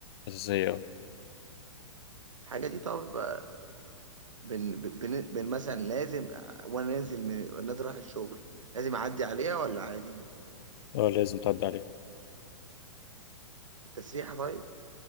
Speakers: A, on the left; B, on the right.
A: أساسية اه
B: الحاجة دي طب آه، بن, بن, بن مثلا لازم آه، وأنا نازل من وأنا نازل رايح الشغل لازم أعدي عليها ولا عادي؟
A: اه لازم تعدي عليها
B: التسريحة طيب؟